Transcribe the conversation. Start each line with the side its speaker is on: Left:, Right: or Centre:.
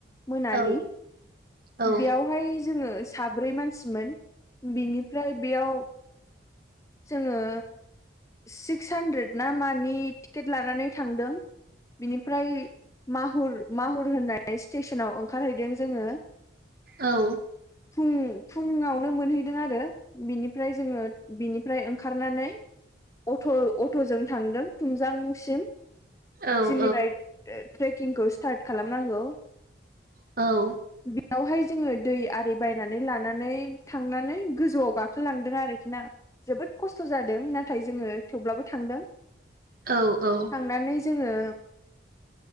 Left: मोनानि।
Right: औ औ
Left: बेयावहाय जोङो साब्रै मानसिमोन, बेनिफ्राय बेयाव जोङो सिक्स हानद्रेद ना मानि टिकेट लानानै थांदों। बिनिफ्राय माहुर माहुर होननाय स्टेसनाव ओंखारहैदों जोङो।
Right: औ।
Left: फुं फुङावनो मोनहैदों आरो। बिनिफ्राय जोङो बिनिफ्राय ओंखारनानै अट' अट'जों थांदों थुमजांसिम
Right: औ
Left: जिनिफ्राय ओ ट्रेकिंखौ स्टार्ट खालामनांगौ।
Right: औ।
Left: बेयावहाय जोङो दै आरि बायनानै लानानै थांनानै गोजौआव गाखोलांदों आरोखि ना? जोबोद खस्थ' जादों नाथाय जोङो थेवब्लाबो थांदों।
Right: औ औ।
Left: थांनानै जोङो